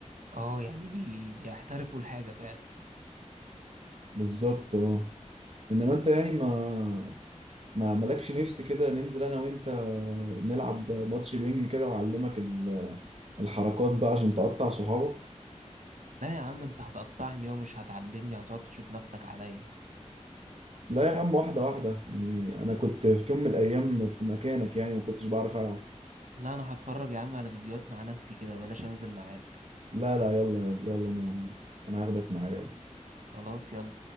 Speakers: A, on the right; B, on the right.
A: اه يعني بي... بيحترفوا الحاجة فعلا
B: بالظبط اه انما انت يعني ما ما مالكش نفس كده ننزل انا وانت نلعب ماتش بينج كده واعلمك ال- الحركات بقى عشان تقطع صحابك
A: لا يا عم انت هتقطعني ومش هتعلمني هتقعد تشوف نفسك عليا
B: لا يا عم واحده واحده يعني انا كنت في يوم من الايام في مكانك يعني ما كنتش بعرف العب
A: لا انا هتفرج يا عم على فيديوهات مع نفسي كده بلاش انزل معاك
B: لا لا يلا يلا يلا انا انا هاخدك معايا يلا
A: خلاص يلا